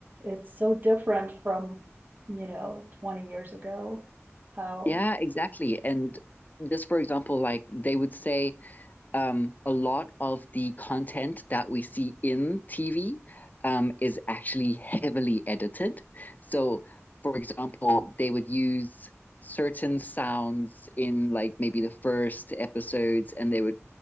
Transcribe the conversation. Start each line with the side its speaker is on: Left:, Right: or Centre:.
Right: It's so different from, you know, 20 years ago. How
Left: Yeah, exactly. And just for example, like they would say um, a lot of the content that we see in TV um, is actually heavily edited. So, for example, they would use certain sounds in like maybe the first episodes and they would